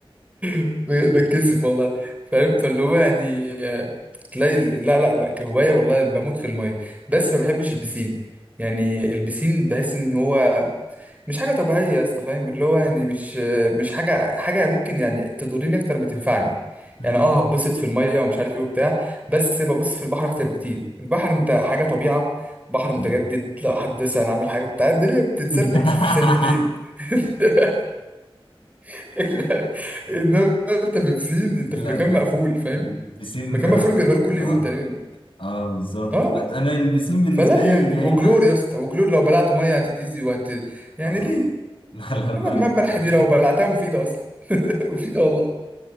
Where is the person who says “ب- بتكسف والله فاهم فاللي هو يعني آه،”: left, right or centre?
Right